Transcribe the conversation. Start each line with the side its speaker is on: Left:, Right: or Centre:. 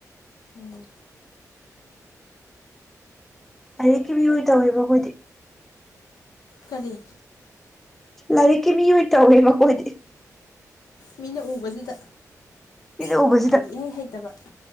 Left: ꯎꯝ
Centre: ꯍꯩꯔꯛꯈꯤꯕ ꯇꯧꯋꯦꯕ ꯑꯩꯈꯣꯏꯗꯤ
Left: ꯀꯔꯤ
Centre: ꯂꯥꯏꯔꯤꯛꯀꯤ ꯃꯤꯑꯣꯏ ꯇꯧꯋꯦꯕ ꯀꯣꯏꯗꯤ
Left: ꯃꯤꯅ ꯎꯕꯁꯤꯗ
Centre: ꯃꯤꯗ
Left: ꯑꯗꯨꯒ
Centre: ꯎꯕꯁꯤꯗ
Left: ꯍꯩꯗꯤ ꯏꯍꯩ ꯍꯩꯇꯕ